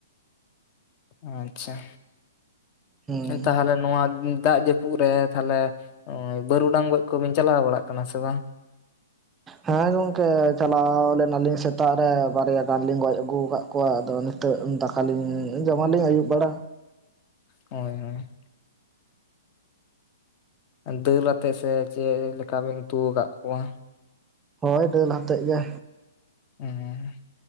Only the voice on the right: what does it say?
ᱦᱩᱸ
ᱦᱮᱸ ᱜᱚᱝᱠᱮ ᱪᱟᱞᱟᱣ ᱞᱮᱱᱟᱞᱤᱧ ᱥᱮᱛᱟᱜ ᱨᱮ, ᱵᱟᱨᱭᱟ ᱜᱟᱱ ᱞᱤᱧ ᱜᱚᱡ ᱟᱹᱜᱩ ᱠᱟᱜ ᱠᱚᱣᱟ, ᱟᱫᱚ ᱛᱮᱜ ᱫᱟᱠᱟᱞᱤᱧ ᱡᱚᱢᱟᱞᱤᱧ ᱟᱹᱭᱩᱵ ᱵᱮᱲᱟ᱾
ᱦᱳᱭ ᱫᱟᱹᱞ ᱟᱛᱮᱜ ᱜᱮ᱾